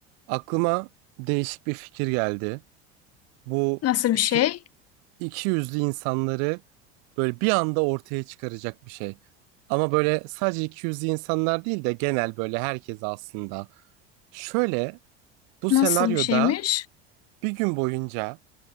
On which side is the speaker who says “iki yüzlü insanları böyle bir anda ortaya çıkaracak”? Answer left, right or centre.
Right